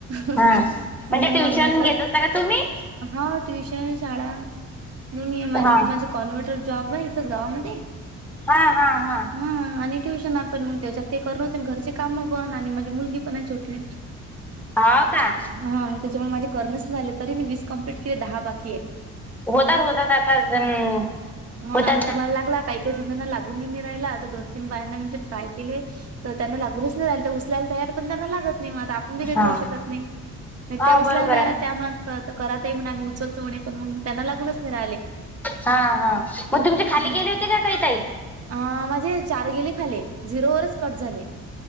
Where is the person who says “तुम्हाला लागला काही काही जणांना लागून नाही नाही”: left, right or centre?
Right